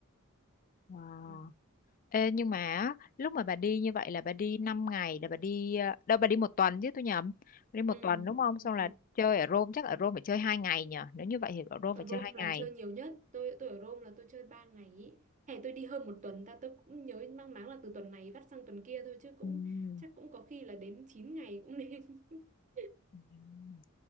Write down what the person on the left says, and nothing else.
wow
Ê, nhưng mà á, lúc mà bà đi như vậy là bà đi năm ngày là bà đi ờ, đâu bà đi một tuần chứ tôi nhầm Bà đi một
tuần đúng không
xong
là
chơi ở Rome chắc ở Rome phải chơi hai ngày nhở nếu như vậy thì ở Rome
phải chơi
hai
ngày
Ừm.
Ừm.